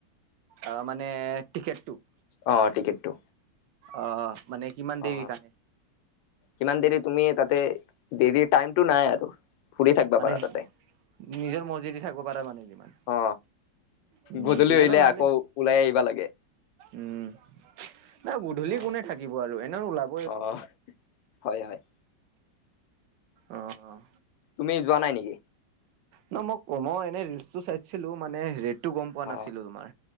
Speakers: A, on the right; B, on the left.
A: অঁ মানে টিকেটটো-
B: অ টিকেটটো
A: আহ মানে কিমান
B: অ
A: দেৰি কাৰণে-
B: কিমান দেৰি তুমি তাতে দেৰি টাইমটো নাই আৰু। ফুৰি থাকিবা
A: মানে
B: পাৰা তাতে
A: নিজৰ মজিদি থাকিব পাৰা মানে যিমান।
B: অ
A: উম
B: গধূলি
A: তেতিয়াতো
B: হলে
A: ভালেই,
B: আকৌ ওলাই আহিবা লাগে
A: উম। না গধূলি
B: অ
A: কোনে থাকিব আৰু এনেও ওলাব।
B: অ হয় হয়।
A: অঁ
B: তুমি যোৱা নাই নেকি?
A: ন মই কমই এনেই ৰিলচটো চাইছিলো মানে ৰেটটো গম পোৱা
B: অ
A: নাছিলো তোমাৰ